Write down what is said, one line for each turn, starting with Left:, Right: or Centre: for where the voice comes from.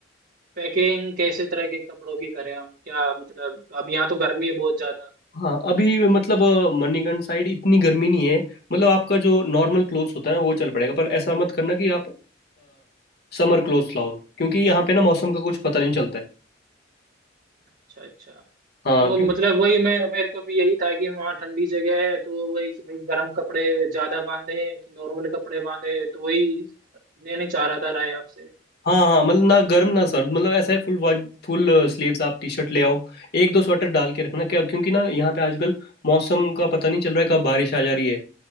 Right: पैकिंग कैसे तरह के कपड़ों की करें हम क्या मतलब अब यहाँ तो गर्मी है बहुत ज्यादा
Left: हाँ अभी मतलब अ, मणिकर्ण साइड इतनी गर्मी नहीं है मतलब आपका जो नॉर्मल क्लोथ्स होता है ना वो चल पड़ेगा पर ऐसा मत करना कि आप समर क्लोथ्स लाओ क्योंकि यहाँ पे ना मौसम का कुछ पता नहीं चलता है
Right: अच्छा अच्छा
Left: हाँ
Right: तो
Left: क्योंकि
Right: मतलब वही मैं मेरे को भी यही था कि वहाँ ठंडी जगह है तो वही कि भाई गर्म कपड़े ज्यादा बांधे कि नॉर्मल कपड़े बांधे तो वही लेने चाह रहा था राय आपसे
Left: हाँ हाँ मतलब ना गर्म ना सर्द मतलब ऐसा है फुल फुल स्लीव्स आप टी शर्ट ले आओ एक दो स्वेटर डाल के रखना क्या क्योंकि ना यहाँ पे आजकल मौसम का पता नहीं चल रहा है कब बारिश आ जा रही है